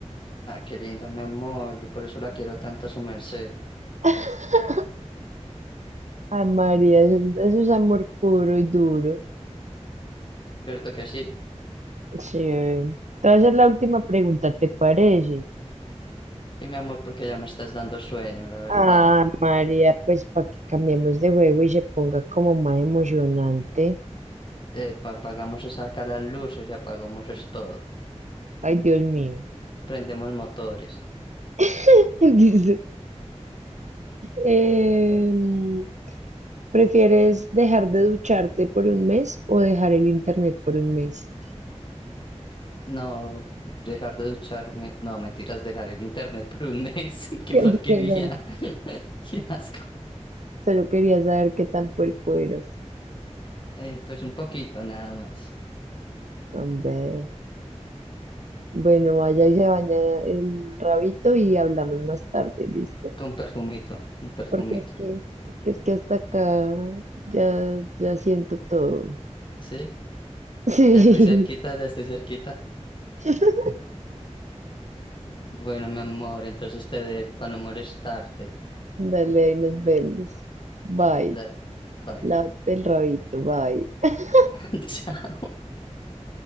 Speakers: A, on the left (about 45°); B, on the right (about 80°).
A: ah, qué linda, mi amor, yo por eso la quiero tanto a su merced.
B: <laughs> Ay, María, eso, eso es amor puro y duro.
A: ¿Cierto que sí?
B: Sí. Te voy a hacer la última pregunta, ¿te parece?
A: Y mi amor, porque ya me estás dando sueño, la verdad.
B: Ah, María, pues para que cambiemos de juego y se ponga como más emocionante.
A: Eh, apagamos esas acá las luces y apagamos es todo.
B: Ay, Dios mío.
A: Prendemos motores.
B: <laughs> Dice, em, ¿prefieres dejar de ducharte por un mes o dejar el internet por un mes?
A: No, dejar de ducharme. No, mentiras, dejar el internet <laughs> por un mes. <laughs> Qué
B: <laughs> ¿Qué
A: porquería.
B: prefieres?
A: <laughs> Qué asco.
B: Solo quería saber qué tan puerco eras.
A: Eh, pues un poquito nada más.
B: Hombre. Bueno, vaya y se baña el rabito y hablamos más tarde, ¿listo?
A: Con perfumito, con perfumito.
B: Porque es que, porque es que hasta acá ya, ya siento todo.
A: ¿Sí?
B: Sí.
A: Ya estoy cerquita, ya estoy cerquita.
B: <laughs>
A: Bueno, mi amor, entonces te dejo para no molestarte.
B: Dale, ahí nos vemos. Bye.
A: Dale. Bye.
B: Lávate el rabito. Bye. <laughs>
A: <laughs> Chao,